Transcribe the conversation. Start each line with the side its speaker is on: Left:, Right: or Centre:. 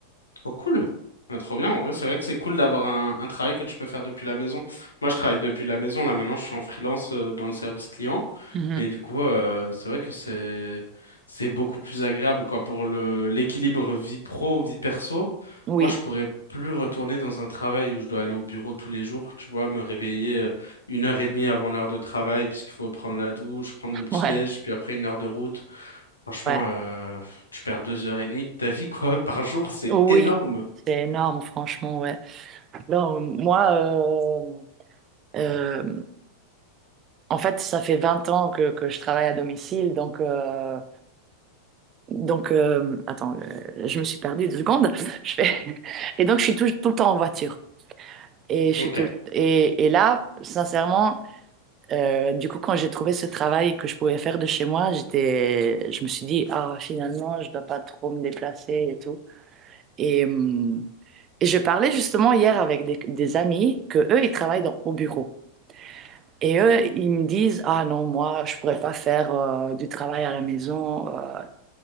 Left: Oh, cool. Ah, trop bien. En vrai, c'est vrai que c'est cool d'avoir un, un travail que tu peux faire depuis la maison. Moi, je travaille depuis la maison. Là, maintenant, je suis en freelance euh, dans le service client.
Right: Mhm.
Left: Et du coup, euh, c'est vrai que c'est c'est beaucoup plus agréable, quoi, pour le l'équilibre vie pro, vie perso.
Right: Oui,
Left: Moi, je pourrais plus retourner dans un travail où je dois aller au bureau tous les jours, tu vois, me réveiller euh, une heure et demie avant l'heure de travail, parce qu'il faut prendre la douche, prendre le petit-déj,
Right: ouais,
Left: puis après une heure de route. Franchement,
Right: ouais.
Left: euh, tu perds deux heures et demie de ta vie, quoi, <laughs> par jour, c'est
Right: Oui,
Left: énorme.
Right: c'est énorme, franchement, ouais. Non, moi, euh, euh, en fait, ça fait 20 ans que, que je travaille à domicile, donc, euh, donc euh, attends, euh, je me suis perdue deux secondes. Je fais... <laughs> Et donc, je suis tout, tout le temps en voiture. Et, je
Left: Ok.
Right: suis tout le- et, et là, sincèrement, euh, du coup, quand j'ai trouvé ce travail que je pouvais faire de chez moi, j'étais, je me suis dit, ah, finalement, je ne dois pas trop me déplacer et tout. Et, hum, Et je parlais justement hier avec des, des amis que eux, ils travaillent dans, au bureau. Et eux, ils me disent, ah non, moi, je pourrais pas faire euh, du travail à la maison. euh,